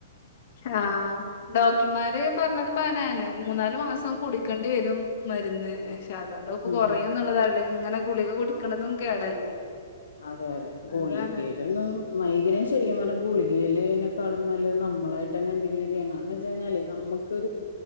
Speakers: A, on the left; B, on the left.
A: ആഹ് ഡോക്ടർമാര് പറഞ്ഞത് പതന്ന മൂന്നാല് മാസം കുടിക്കേണ്ടി വരും മരുന്ന് പക്ഷെ അതുകൊണ്ട്പ്പ
B: ഉം
A: കുറയുംന്നുള്ളതല്ല ഇങ്ങനെ ഗുളിക കുടിക്കണന്നും കേടല്ലേ
B: അതെ അതെ ഗുള്ളികയിലന്നും
A: അതാണ്
B: മൈകം ശരിക്കും പറഞ്ഞാ ഗുളികയിൽതിനെക്കാളും നല്ല നമ്മളായിട്ട തന്നെ എന്തെങ്കിലും ചെയ്യണന്ന് വെച്ച കഴിഞ്ഞാല് നമുക്ക്